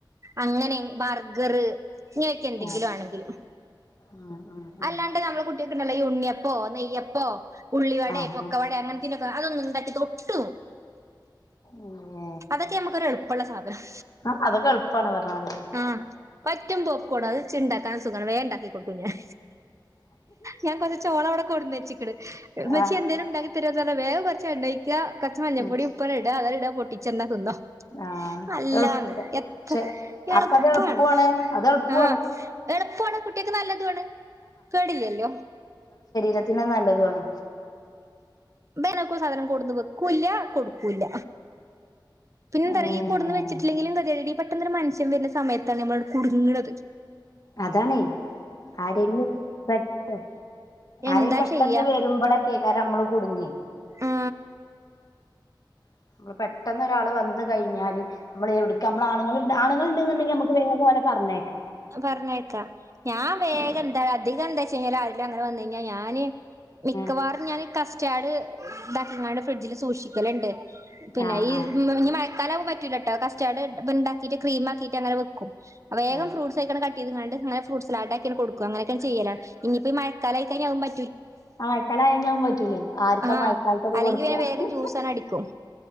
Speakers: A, on the right (about 40°); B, on the left (about 50°).
A: അങ്ങനെ ബർഗറ് ഇങ്ങനെക്കെന്തെങ്കിലു
B: ആ
A: ആണെങ്കില്
B: ഉം ഉം ഉം
A: അല്ലാണ്ട് നമ്മള് കുട്ടേ ല്ലോ ഉണ്യപ്പോ നെയ്യപ്പോ ഉള്ളിവടേ
B: ആ
A: പൊക്കവടേ
B: ആ
A: അങ്ങന് ത്തീനൊ അതൊന്നും ഇണ്ടാക്കി തൊട്ട് നോ
B: ഉം
A: അതൊക്കെ നമക്കൊരു എളുപ്പമുള്ള സാധനം
B: ആ അതൊക്കെ എളുപ്പാണ് പറഞ്ഞാതിരി
A: ആ പറ്റും പോക്കോണ് അത് ചിണ്ടാക്കാനും സുഖമാണ് വേണ്ടാക്കി കൊടുക്കും ഞാൻ ഞാൻ കൊറച്ച് ചോളവിടെ കൊട്ന്നെച്ച് ണ് ന്ന് വെച്ച
B: ആ
A: എന്തായാലും ഉണ്ടാക് തരുഓന്നർഞ്ഞ വേ കൊർച്ചെണ്ണൊയ്ക്ക പച്ചമഞ്ഞ
B: ഉം
A: പൊടി ഉപ്പണ്ട അതടാപൊ <unintelligible>
B: ആ
A: അല്ലാന്ന്
B: എളുപ്പ
A: എത്ര
B: പക്ഷെ
A: എളുപ്പാണ്
B: അപ്പ അത് എളുപ്പുവാണ് അത് എളുപ്പുവാണ്
A: ആ എളുപ്പാണ് കുട്ടിയേക്ക് നല്ലതുആണ് കേടില്ലല്ലോ
B: രത്തിന നല്ലതുആണ്
A: ബനക്ക സാനം കൊടുന്നു വെ ക്കൂല്ല കൊടുക്കൂല്ല പിന്നെ എന്താറിയൊ
B: ഉം
A: ഈ കൊടുന്ന് വെച്ചിട്ടില്ലെങ്കിലും ഗതിയെടാണെ പെട്ടെന്നൊരു മൻഷ്യം വരുന്ന സമയത്താണ് നമ്മളട് കുട്ങ്ണത്
B: അതാണേ ആരെങ്കിലും പെട്ട
A: എന്താ
B: ആരെ പെട്ടെന്ന്
A: ചെയ്യാ
B: വരുമ്പളൊക്കേക്കാരമ്മള് കുട്ങ്ങെ
A: ആ
B: <inaudible> പെട്ടെന്നൊരാള് വന്ന് കഴിഞ്ഞാല് മ്മള് എവിടക്ക നമ്മള ആണ്‌ങ്ങള് ണ്ട് ആണ്ങ്ങള്ണ്ട്ന്ന്ണ്ടെങ്കി നമക്ക് വേഗോല പറഞ്ഞേക്ക
A: പറഞ്ഞേക്കാ ഞാൻ വേഗം എന്താ അധികം എന്താ ചെയാൽ ആരിലും അങ്ങനെ വന്ന കഴിഞ്ഞാൽ ഞാന് മിക്കവാറും
B: ആ
A: ഞാൻ കസ്റ്റാഡ് ണ്ടാക്കിങ്ങണ്ട് ഫ്രിഡ്ജില് സൂക്ഷിക്കലണ്ട് പിന്നെ
B: ആ
A: ഈ
B: ആ
A: ഞ്ഞ് മഴക്കാലാവുമ്പൊ പ റ്റൂലട്ടോ കസ് ചാട ബണ്ടാക്കിറ്റ് ക്രീമാക്കീട്ടങ്ങന വെക്കും വേഗം
B: ആ
A: ഫ്രൂട്സ് <unintelligible> കട്ടയ്ത്ങ്ങാണ്ട് അങ്ങനെ ഫ്രൂട്സലാടാക്കിയണ്ട് കൊട്ക്കു അങ്ങനൊക്കെ ചെയ്യലാ ഇനിപ്പോ മയക്കാലായിക്കയിഞ്ഞാ അഉം പ
B: ആ മയക്കാലം ആയ ഞഉം പറ്റൂലല്ലോ ആർക്കാ
A: ആഹ്
B: മയക്കാലത്തൊക്കെ
A: അല്ലെങ്കി
B: കൊടുക്കഹ്
A: പിന്നെ വേഗം
B: ഹ്
A: ജ്യൂസാണ് അടിക്കും